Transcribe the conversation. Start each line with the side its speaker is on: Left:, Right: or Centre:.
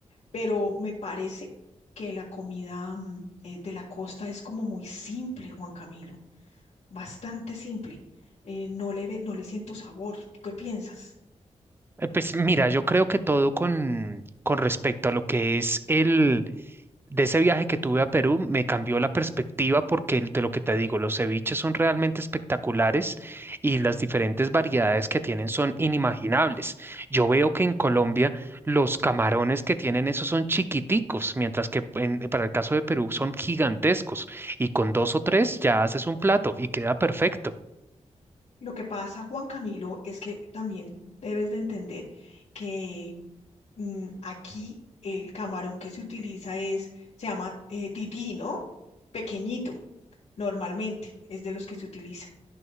Left: pero me parece que la comida mm, eh, de la costa es como muy simple, Juan Camilo, bastante simple. Eh, no le ve- no le siento sabor. ¿Tú qué piensas?
Right: Eh, Pues mira, yo creo que todo con, con respecto a lo que es el de ese viaje que tuve a Perú me cambió la perspectiva porque el- de lo que te digo, los ceviches son realmente espectaculares y las diferentes variedades que tienen son inimaginables. Yo veo que en Colombia los camarones que tienen esos son chiquiticos, mientras que en- para el caso de Perú son gigantescos y con dos o tres ya haces un plato y queda perfecto.
Left: Lo que pasa, Juan Camilo, es que también debes de entender que mm, aquí el camarón que se utiliza es, se llama eh, tití, ¿no? Pequeñito, normalmente, es de los que se utiliza.